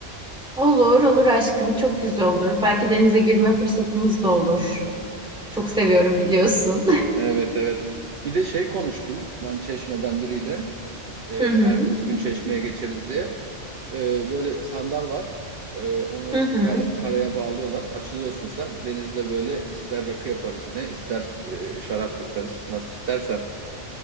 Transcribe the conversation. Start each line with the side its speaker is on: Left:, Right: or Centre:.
Centre: Olur, olur aşkım. Çok güzel olur. Belki denize girme fırsatımız da olur. Çok seviyorum biliyorsun.
Right: Evet evet. Bir de şey konuştum ben Çeşme'den biriyle. E,
Centre: <laughs> Hı hı.
Right: ertesi gün Çeşme'ye geçeriz diye. Ee, böyle sandal var. Ee, onu
Centre: Hı hı.
Right: kar- karaya bağlıyorlar. Açılıyorsun sen. Denizde böyle ister rakı yaparız yine, ister e, şarap yaparız. Nasıl istersen.